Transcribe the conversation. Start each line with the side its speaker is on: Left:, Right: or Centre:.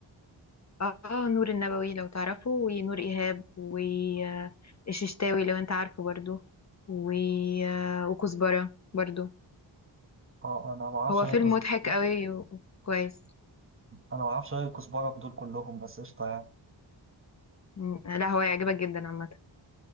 Left: اه آه، نور النبوي لو تعرفه ونور ايهاب والششتاوي لو انت عارفه برضو و... آه، وكزبرة برضو
Right: اه انا ما اعرفش
Left: هو
Right: غير
Left: فيلم مضحك قوي وكويس
Right: انا ما اعرفش غير الكزبره في دول كلهم بس قشطه يعني
Left: مم. لا هو يعجبك جدا عامة